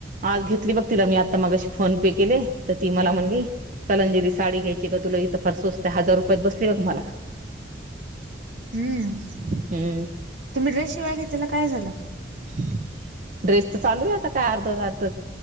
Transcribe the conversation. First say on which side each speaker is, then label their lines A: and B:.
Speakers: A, on the right (about 45°); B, on the right (about 80°).
A: आज घेतली बघ तिला मी आता मागाशी फोन पे केले तर ती मला म्हणली कलंंजली साडी घ्यायची का तुला.. थ फारसोचत हजार रुपयात बसली काु्हाला.
B: ह.. हम्म
A: हम्म
B: तुम्ही ड्रेस शिवाय घेतलेला काय झालं?
A: <inaudible> ड्रेस तर चालू आहे आता काय अर्ध अर्धा